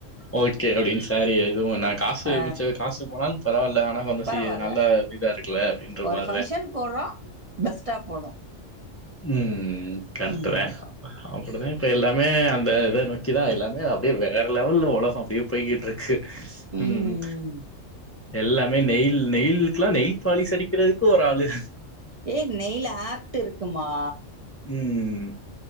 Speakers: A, on the left; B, on the right.
A: ஓகே அப்டின் சாரி எதுவோ நா காசு
B: அ
A: மிச்ச காசு போனாலு பரவால்ல ஆனா கொஞ்சோ
B: பரவால்ல.
A: சி நல்ல வீடாருக்குல அப்டின்ற
B: ஒரு
A: மாரிதே
B: ஃபங்க்ஷன் போடுறோம், பெஸ்ட்டா போணும்.
A: உம் கர்ட்டுதே
B: ம்.
A: அப்டிதா இப்ப எல்லாமே அந்த இத நோக்கிதா எல்லாமே அப்டியே வேற லெவல்ல உலகோ அப்டியே போய்கிட்ருக்கு
B: ம்.
A: உம் எல்லாமே நெயில் நெயிலுக்குல்லா நெயில் பாலிஸ் அடிக்குறதுக்கு ஒரு ஆளு
B: ஏ நெய்ல் ஆர்ட் இருக்குமா
A: உம்